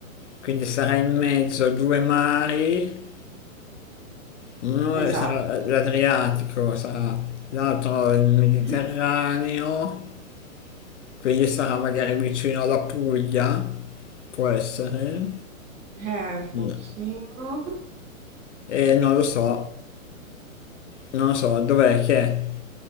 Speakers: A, on the left; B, on the right.
A: Quindi sarà in mezzo a due mari Uno
B: Esatto.
A: sarà l'Adriatico, sarà l'altro il Mediterraneo,
B: Mhm.
A: quindi sarà magari vicino alla Puglia, può essere.
B: Eh, pochino.
A: No. E non lo so, non lo so, dov'è che è?